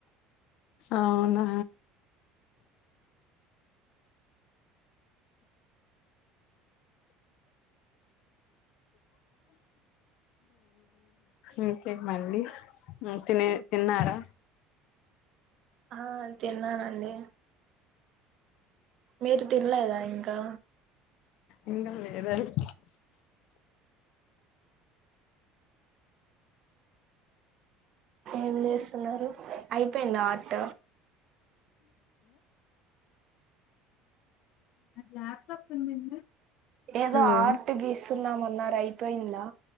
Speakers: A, on the left (about 60°); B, on the right (about 40°).
A: అవునా ఇంకేమండి తినే తిన్నారా
B: ఆ తిన్నానండి మీరు తినలేదా ఇంకా
A: ఇంక లేదండి
B: ఏం చేస్తున్నారు అయిపోయింద ట్ట
A: ల్యాప్టాప్ ఉందండి
B: ఏదో
A: హలో
B: ఆర్ట్ గీస్తున్నామన్నారు అయిపోయిందా